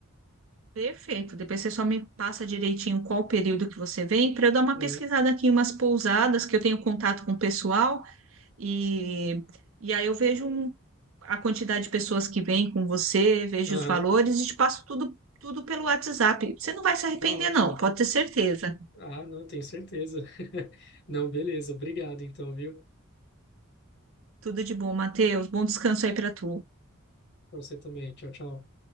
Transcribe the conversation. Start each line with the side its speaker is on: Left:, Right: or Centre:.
Right: Perfeito. Depois você só me passa direitinho qual o período que você vem, para eu dar uma
Left: Uhum,
Right: pesquisada aqui em umas pousadas que eu tenho contato com o pessoal e, e aí eu vejo um- a quantidade de pessoas que vêm com você, vejo
Left: aham,
Right: os valores e te passo tudo, tudo pelo WhatsApp. Você não vai se arrepender,
Left: Tá ótimo.
Right: não, pode ter certeza.
Left: Ah, não, tenho certeza. <laughs> Não, beleza. Obrigado, então, viu?
Right: Tudo de bom, Matheus. Bom descanso aí para tu.
Left: Pra você também. Tchau, tchau.